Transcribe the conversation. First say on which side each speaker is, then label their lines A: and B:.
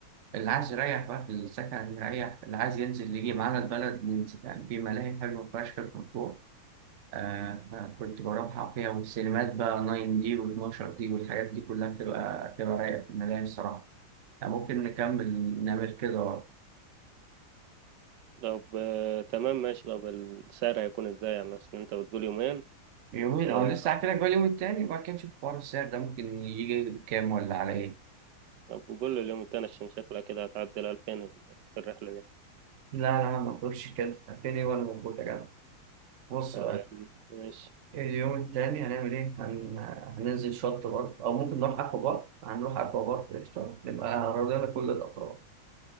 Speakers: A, on the right (about 85°); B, on the right (about 65°).
A: اللي عايز يريح بقى في السكن يريح اللي عايز ينزل يجي معانا البلد ننزل يعني في ملاهي حلوة فشخ في مطروح آه آه، كنت بروحها فيها والسينمات بقى 9 دي و12 دي والحاجات دي كلها بتبقى بتبقى رايقة في الملاهي الصراحة يعني ممكن نكمل نعمل كده
B: طب آه تمام ماشي طب السعر هيكون ازاي يعني اصل انت بتقول يومين
A: يومين
B: آه
A: أو لسه هحكي لك بقى اليوم التاني وبعد كده نشوف حوار السعر ده ممكن يجي بكام ولا على إيه
B: طب قول لي اليوم التاني عشان شكلها كده هتعدي ال 2000 في الرحلة دي
A: لا لا ما تقولش كده فين إيه وأنا موجود يا جدع بص
B: طب يا عم ماشي
A: اليوم التاني هنعمل إيه؟ هن... هننزل شط برضه أو ممكن نروح أكوا بارك، هنروح أكوا بارك قشطة، نبقى رضينا كل الأطراف،